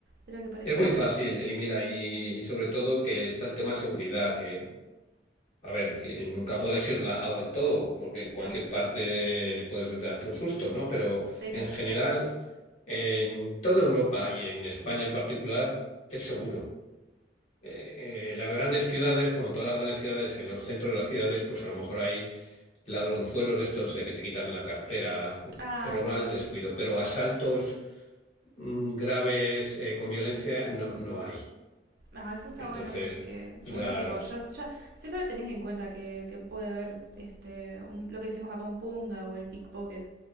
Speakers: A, on the right (about 60°); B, on the left (about 40°).
A: de lo que parecía.
B: Es muy fácil y mira, y, y sobre todo que está el tema de seguridad, que, a ver, que nunca puedes ir relajado del todo, porque en cualquier
A: Mm,
B: parte puedes darte un susto, ¿no? Pero
A: sí,
B: en
A: claro.
B: general, en toda Europa y en España en particular, es seguro. eh, eh, las grandes ciudades, como todas las grandes ciudades, en los centros de las ciudades, pues a lo mejor hay ladronzuelos de estos eh, que te quitan la cartera,
A: Ah,
B: que roban
A: sí.
B: al descuido, pero asaltos mm, graves eh, con violencia no, no hay.
A: Ah, eso está
B: Entonces,
A: bueno porque
B: claro,
A: uno, tipo, ya, ya siempre tenés en cuenta que, que puede haber este, un, lo que decimos acá un punga o el pickpocket,